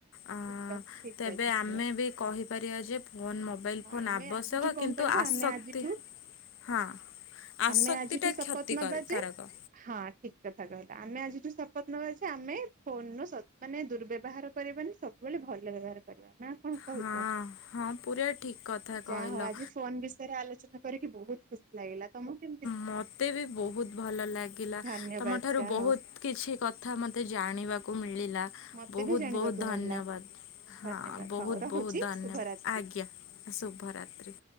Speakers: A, on the left; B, on the right.
A: ଆଁ
B: ଠିକ ଅଛି ଠିକ
A: ତେବେ
B: କହିଛ ସାଙ୍ଗ
A: ଆମେ
B: ହଁ
A: ବି କହିପାରିବା ଯେ ଫୋନ୍ ମୋବାଇଲ୍ ଫୋନ୍
B: ଆମେ
A: ଆବଶ୍ୟକ
B: ଆଜିଠୁ କଣ
A: କି ନ୍ତୁ
B: କରିବା
A: ଆସକ୍ତି
B: ଆମେ ଆଜିଠୁ
A: ହଁ ଆସକ୍ତିଟା
B: ଆମେ ଆଜିଠୁ ଶପଥ
A: କ୍ଷତି
B: ନବା
A: କରେ
B: ଯେ
A: କାରକ।
B: ହଁ ଠିକ୍ କଥା କହିଲା ଆମେ ଆଜିଠୁ ଶପଥ ନବା ଯେ ଆମେ ଫୋନ୍ ରସଦ୍ ମାନେ ଦୁର୍ବ୍ୟବହାର କରିବାନି ସବୁବେଳେ ଭଲ ବ୍ୟବହାର କରିବା ନା କଣ କହୁଚ
A: ହଁ ହଁ ପୁରା ଠିକ୍ କଥା
B: ଯାହା
A: କହିଲ।
B: ହଉ ଆଜି ଫୋନ୍ ବିଷୟରେ ଆଲୋଚନା କରିକି ବହୁତ ଖୁସି ଲାଗିଲା। ତମକୁ କେ
A: ମତେ ବି ବହୁତ ଭଲ ଲାଗିଲା।
B: ଧନ୍ୟବାଦ
A: ତମଠାରୁ
B: ଯାହା
A: ବହୁତ
B: ହଉ
A: କିଛି କଥା ମତେ ଜାଣିବାକୁ ମିଳିଲା।
B: ମତେ
A: ବୋହୁତ
B: ବି ଜାଣିବାକୁ
A: ବୋହୁତ ଧନ୍ୟବାଦ
B: ମିଳିଲା
A: ହଁ
B: ଧନ୍ୟବାଦ
A: ବୋହୁତ
B: ହଉ ରହୁଛି
A: ବୋହୁତ ଧନ୍ୟବା
B: ଶୁଭରାତ୍ରି।
A: ଆଜ୍ଞା। ଶୁଭରାତ୍ରି।